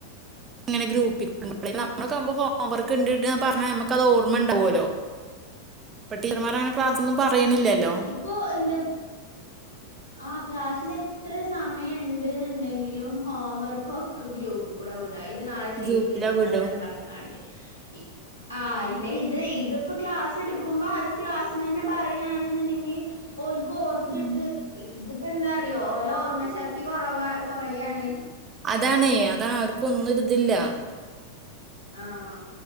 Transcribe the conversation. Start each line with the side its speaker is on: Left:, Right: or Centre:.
Right: ക്കെങ്ങെനെ ഗ്രൂപ്പിക് ഇട്മ്പളെ നമ്മളക്കാവുമ്പോ ഹോം വർക്ക് ഇണ്ട് ണ്ട് ന്ന് പർഞ്ഞാ നമ്മക്കത് ഓർമ്മ ഉണ്ടാവോലോ. ഇപ്പൊ ടീച്ചർമാരങ്ങനെ ക്ലാസ്ന്നും പറയ്ണില്ലല്ലോ.
Left: ഇപ്പോ എന്താ ആഹ് ക്ലാസ്സിൽ എത്ര സമയം ഇണ്ട്ന്ന്ണ്ടെങ്കിലും ഹോം വർക്ക് ഒക്കെ ഗ്രൂപ്പ് കൂടെ വി ടാ ഇത് നാളെ ചെയ്തു
Right: ഗ്രൂപ്പിലാ
Left: വരുക
Right: വിടും
Left: ന്നാണ്ട് പർഞ്ങ്ങാണ്ട് ഇ ആഹ് ഇന്നെ ഇ ത് ഇതിപ്പോ ക്ലാസ് എടുക്കുമ്പോ അത് ക്ലാസ്ന്നെന്നെ പറയാണ്ന്ന്ണ്ടെങ്കി ഓൽക്ക് ഓർത്ത്ട്ത്ത്
Right: ഉം
Left: ഇ ഇതിപ്പോ എന്താറിയോ ഓല ഓർമ്മ ശക്തി കുറവാ കുറയാണ്.
Right: അതാണേ അതാണ് അവർക്ക് ഒന്നു ഒരിതില്ല.
Left: ആഹ്